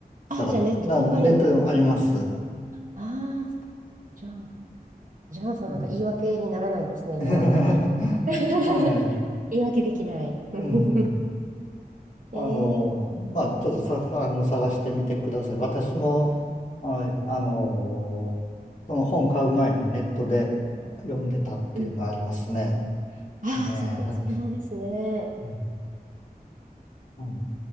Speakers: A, on the left (about 50°); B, on the right (about 55°).
A: 探す。
B: あ、じゃあネットとかにも。
A: だ、ネットでもあります。
B: ああ、じゃあ、じゃあ、そのなんか言い訳にならないですね、
A: うん
B: 読まない。
A: <laughs>
B: <laughs>
A: ええ、
B: 言い訳できない。<laughs>
A: うん。
B: えー、
A: あの、まあ、ちょっとさ、あの、探してみてください。私も、はい、あの、その本買う前にネットで読んでたっていうのはありますね。
B: うん、ああ、
A: ねえ
B: そう、そうなんですね。
A: うん。うん